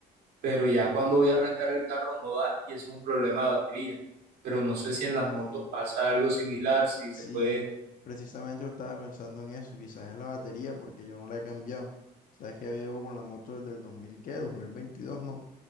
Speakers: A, on the right (about 70°); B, on the left (about 55°).
A: pero ya cuando voy a arrancar el carro no da y eso es un problema de batería. Pero no sé si
B: Mm,
A: en las motos pasa algo similar, si
B: Sí,
A: se puede.
B: precisamente yo estaba pensando en eso, quizás es la batería porque yo no la he cambiado. Sabes que ya llevo con la moto desde el 2000 ¿qué? dos mil veintidós no.